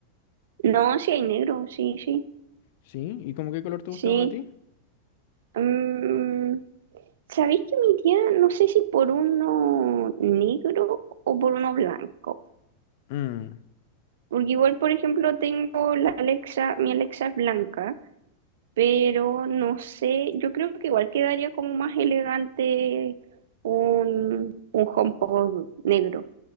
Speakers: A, on the right (about 60°); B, on the left (about 50°).
A: No, sí hay negro, sí, sí,
B: ¿Sí? ¿Y como qué color te
A: sí.
B: gusta más a ti?
A: Mm, ¿sabéis que me iría, no sé si por uno negro o por uno blanco?
B: Mm,
A: Porque igual, por ejemplo, tengo la Alexa, mi Alexa es blanca, pero no sé, yo creo que igual quedaría como más elegante un, un HomePod negro.